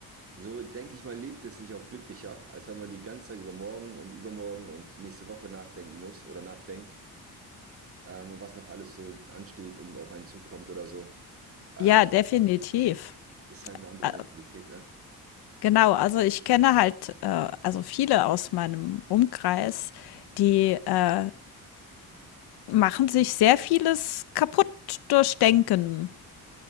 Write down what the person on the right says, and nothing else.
so denke ich mal, lebt es sich auch glücklicher, als wenn man die ganze Zeit über morgen und übermorgen und nächste Woche nachdenken muss oder nachdenkt, ähm, und was noch alles so ansteht und auf einen zukommt oder so. Ähm,
ist halt eine andere
Mentalität, ne?